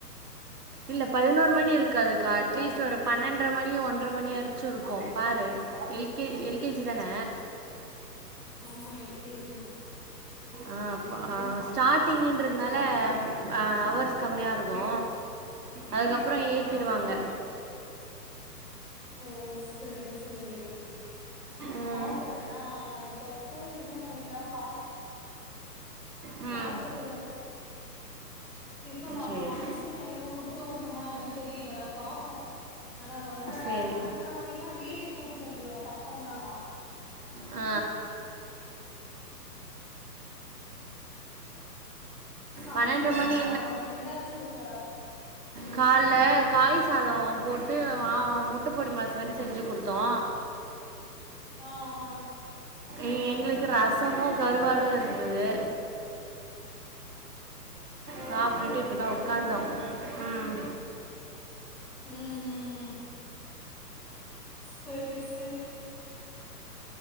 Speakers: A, on the right (about 65°); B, in the centre.
A: இல்ல பதினோரு மணி இருக்காதுக்கா அட்லீஸ்ட் ஒரு பணண்ட்றமணி ஒன்ற மணி அடுச்சு இருக்கு பாரு L K L K G தான
B: ஆமா எல் கே ஜி
A: ஆ பா ஸ்டாடிங்கின்றதுனால ஆ அவர்ஸ் கம்மியா இருக்கு அதுக்கப்புறோ ஏத்திருவாங்க
B: ஆ ஆ ஓ சரி சரி
A: ம்
B: பாக்குறே ஏனா இப்போ ஸ்கூல் இது பண்ணிட்தா பா
A: ம்
B: பாத்துட்டுதா டிஃபன் அப்போ
A: சரி
B: லஞ்சு எதுவு குடுத்து உட்ணுமா என்னன் தெரில பாப்போ ஆனா ஒன்ற
A: சரி
B: பணண்ட்ர மணினா வீட்டுக் கூட்டிட்டு வந்துருவோ பக்கோந்தா
A: ஆ
B: சமச்சுட்டியா
A: பன்னெண்டரை மணி
B: அவனுக்கு என்ன வச்சிருக்க
A: கால்ல காய்சாதோ போட்டு வா முட்டப்பொடிமாஸ் மாரி செஞ்சு குடுத்தோ
B: ஆ ஆ
A: இ எங்ளுக்கு ரசமு கருவாடு இருந்துது
B: ஓ
A: சாப்ட்டுட்டு
B: சரி
A: இப்பதா
B: சரி
A: உக்காந்தோ ம்
B: ம் ம் ம் சேரி சேரி